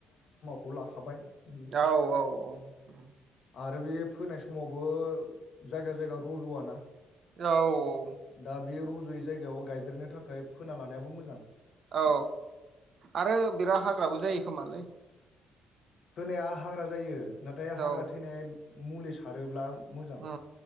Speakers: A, on the left (about 65°); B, on the right (about 60°).
A: खौ लाखाबाय बियो
B: औ-औ-औ ओम
A: आरो बे फोनाय समावबो जायगा जायगा रजवाना
B: औ-औ
A: दा बे रज'यै जायगायाव गायदेरनो थाखाय फोना लानायाबो मोजां
B: औ आरो बिराद हाग्राबो जायो खोमालै
A: फोनाया हाग्रा जायो नाथाय हाग्रा
B: औ
A: थैनाय मुलि सारोब्ला मोजां
B: अ